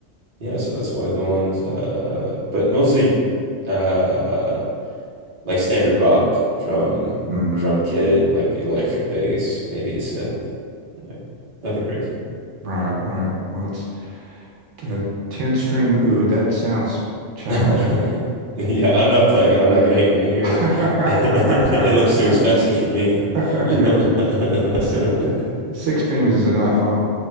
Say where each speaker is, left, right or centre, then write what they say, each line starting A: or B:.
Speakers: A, on the right (about 50°); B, on the right (about 80°).
A: Yeah, so that's one of the ones. Uh but mostly uh like standard rock drum
B: hmm
A: drum kit, like electric bass, maybe a synth. Like nothing crazy.
B: Right. Right. Well, that's Uh, 10 string oud, that sounds challenging.
A: <laughs> Yeah, I'm not playing it. I'm not getting anywhere near
B: <laughs>
A: it. <laughs> It looks too expensive for me. <laughs>
B: You're si- six strings is enough, huh?